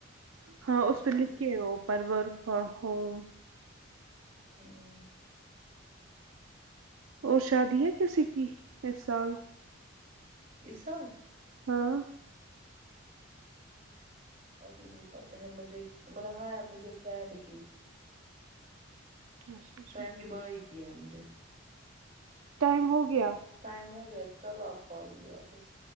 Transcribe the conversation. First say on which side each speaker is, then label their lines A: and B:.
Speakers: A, on the right; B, on the right.
A: ہاں اس
B: پتہ
A: پہ لکھ
B: نہیں
A: کے او پر ورک فرام ہوم-
B: ہاں
A: اور شادی ہے کسی کی اس سال-
B: اسا
A: ہاں-
B: ابھی نہیں پتا ہے مجھے مطلب ہاں مجھے فرینڈ کی-
A: اچھا اچھا
B: فین کی بائی کی ہے مجھے-
A: ٹائم ہو گیا
B: ٹائم ہو گیا کرو آپ کال مجھے واپس-